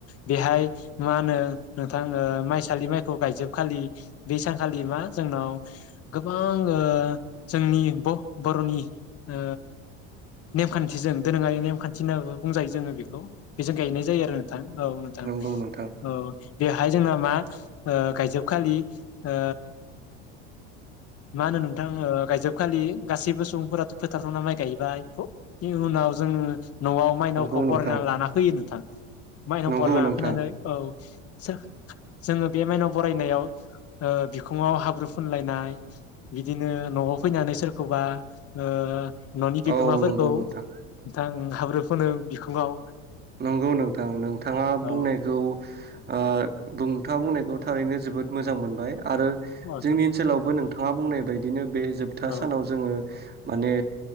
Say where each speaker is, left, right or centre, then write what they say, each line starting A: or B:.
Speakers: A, on the left; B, on the right.
A: बेहाय मा होनो नोंथां ओ माइसालि माइखौ गायजोबखालि बे सानखालि मा जोंनाव गोबां ओ जोंनि ब-बर'नि ओ नेमखान्थिजों दोरोङारि नेमखान्थि नांगौ बुंजायो जोङो बेखौ। बेजों गायनाय जायो आरो नोंथां औ नोंथां
B: नंगौ नोंथां
A: औ हाय जोंना मा ओ गायजोबखालि ओ मा होनो नोंथां ओ गायजोब खालि गासैबो सुबुंफोराथ' फोथाराव <unintelligible> माइ गायहैबाय बिनि उनाव जोङो न'आव माइनावखौ
B: नंगौ नोंथां
A: बरायना लाना फैयो नोंथां। माइनाव
B: नंगौ
A: बरायला
B: नोंथां
A: हाबफैनानै औ सोर जोङो बे माइनाव बरायनायाव ओ बिखुङाव हाब्रु फुनलायनाय बिदिनो न'आव फैनानै सोरखौबा ओ न'नि बिगोमाफोरखौ
B: औ नंगौ नोंथां
A: थां हाब्रु फुनो बिखुङाव।
B: नंगौ नोंथां नोंथाङा
A: औ
B: बुंनायखौ ओ बुंथाङा थारैनो जोबोद मोजां मोनबाय। आरो
A: नोंथां
B: जोंनि ओनसोलावबो नों थाङा बुंनाय बायदिनो बे जोबथा
A: औ
B: सानाव जोङो माने